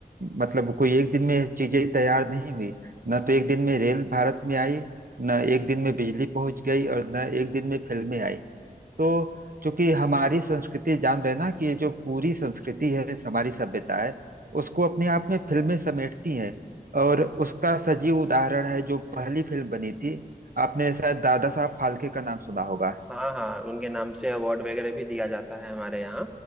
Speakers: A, on the right; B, in the centre.
A: मतलब कोई एक दिन में चीजें तैयार नहीं हुई न तो एक दिन में रेल भारत में आई न एक दिन में बिजली पहुंच गई और न एक दिन में फिल्में आई तो चूंकि हमारी संस्कृति जान रहे ना कि ये जो पूरी संस्कृति है हमारी सभ्यता है उसको अपने आप में फिल्में समेटती हैं और उसका सजीव उदाहरण है जो पहली फिल्म बनी थी आपने शायद दादा साहब फाल्के का नाम सुना होगा
B: हाँ हाँ उनके नाम से अवार्ड वगैरह भी दिया जाता है हमारे यहाँ